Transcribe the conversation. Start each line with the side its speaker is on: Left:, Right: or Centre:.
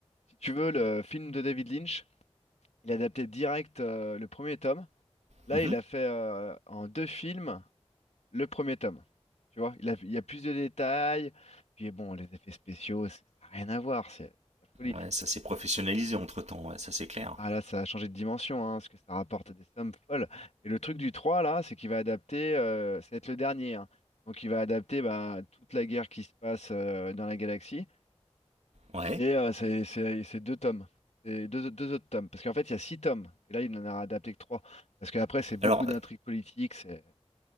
Left: si tu veux, le film de David Lynch, il a adapté direct euh, le premier tome. Là,
Right: Mhm.
Left: il a fait euh, en deux films le premier tome. Tu vois, il a, il y a plus de détails. Puis bon, les effets spéciaux, c'est- ça n'a rien à voir. C'est c'est de la folie.
Right: Ouais, ça s'est professionnalisé entre-temps, ouais, ça c'est clair.
Left: Ah là, ça a changé de dimension, hein, parce que ça rapporte des sommes folles. Et le truc du 3 là, c'est qu'il va adapter, euh, ça va être le dernier, hein. Donc il va adapter bah, toute la guerre qui se passe euh, dans la galaxie.
Right: Ouais.
Left: Et euh, c'est c'est- c'est deux tomes. C'est deux, deux autres tomes. Parce qu'en fait, il y a six tomes. Et là, il n'en a adapté que trois. Parce qu'après, c'est beaucoup
Right: Alors,
Left: d'intrigues politiques. c'est-